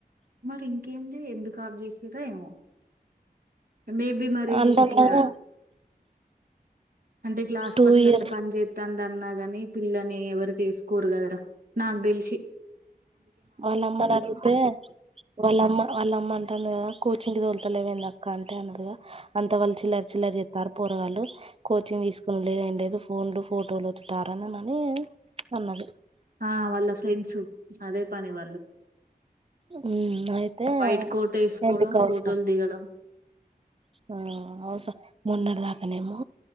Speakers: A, on the right (about 65°); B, on the right (about 35°).
A: మరి ఇంకేంది ఎందుకు ఆప్ జేసిరో ఏమో మేబి మరి
B: అంటారు
A: ఇట్లా
B: కదా
A: అంటే ఇట్ల హాస్పటలల్ల
B: టూ ఇయర్స్
A: పని జేత్తాంది దన్నాగాని పిల్లని ఎవరు జేసుకోరు గదరా నాక్ దెలిసి
B: వాళ్ళ అమ్మ నడుగుతే వాళ్ళ అమ్మ వాళ్ళ అమ్మ అంటుంది గదా కోచింగ్ దోలుతలేవేంది అక్క అంటే అన్నదిగా అంత వాళ్ళు చిల్లర చిల్లర జేస్తారు పోరగాళ్ళు కోచింగ్ తీసుకునిలేదు ఏం లేదుఫోన్లు ఫోటోలు వత్తుతారని అని అన్నది
A: ఆ వాళ్ళ ఫ్రెండ్స్ అదే పని వాళ్ళు
B: ఉమ్ అయితే
A: వైట్ కోట్ యేసుకోవడం
B: ఎందుకు అవసరం
A: ఫోటోలు దిగడం
B: ఆ అవసరమా మొన్నడిదాకనేమో
A: ఉమ్.